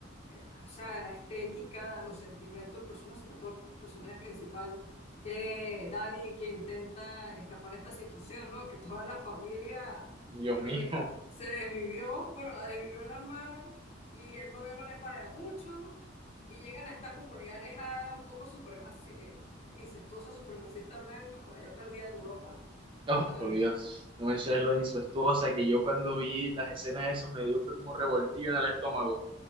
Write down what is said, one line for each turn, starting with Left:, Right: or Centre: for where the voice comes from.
Left: eh, o sea, la estética, los sentimientos, personas, sobre todo el personaje principal, que Dani, que intenta escapar de esta situación, ¿no? Que toda la familia
Right: Dios mío.
Left: eh, se desvivió, bueno, la desvivió la hermana y el novio no le paga mucho, y llegan a esta comunidad alejada, un poco supremaci eh, eh, incestuosa, supremacista blanca, por allá perdida en Europa.
Right: Oh,
Left: Ah,
Right: por Dios, no menciones lo de incestuosa, que yo cuando vi las escenas de eso me dio fue como revoltillo en el estómago.